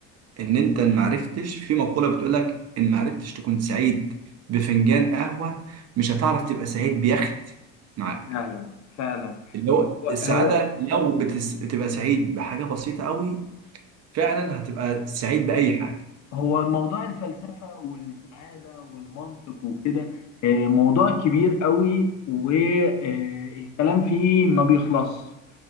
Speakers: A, on the right; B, on the left.
A: إن أنت ما عرفتش في مقولة بتقولك إن ما عرفتش تكون سعيد بفنجان قهوة مش هتعرف تبقى سعيد بيخت معاك
B: فعلا فعلا
A: اللي هو
B: هو
A: السعادة
B: هو
A: لو بتس... بتبقى سعيد بحاجة بسيطة قوي فعلا هتبقى سعيد بأي حاجة
B: هو موضوع الفلسفة والسعادة والمنطق وكده آه، موضوع كبير قوي والكلام فيه ما بيخلص